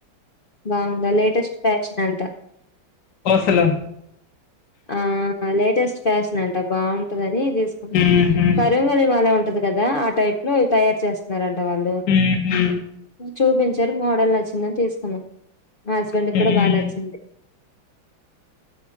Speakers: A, on the left (about 80°); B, on the left (about 60°).
A: బాగుందా లేటెస్ట్ ఫ్యాషన్ అంతా
B: కోసలు
A: ఆ లేటెస్ట్ ఫ్యాషన్ అంట బాగుంటదని తీసుకున్నా
B: ఉహు
A: కరంగలి మాల ఉంటది కదా ఆ టైప్ లో తయారు చేస్తున్న ట వాళ్ళు
B: ఉహు
A: చూపించారు మోడల్ నచ్చిందని తీసుకున్నాం మా హస్బెండ్ కి
B: హ్మ్
A: కూడా బాగా నచ్చింది